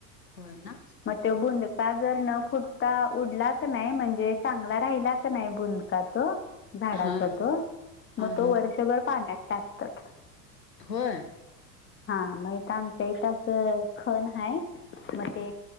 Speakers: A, on the left; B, on the left.
A: होय ना
B: मग तो बुंदका जर न फुटता उडला नाही म्हणजे चांगला राहिलाच नाही बुका तो झाडाचा
A: हा
B: तर
A: हा
B: मग तो वर्षभर पाण्यात टाकतात
A: हो
B: हा मग तर आमच्या इथ असं खण हाय मग ते
A: ह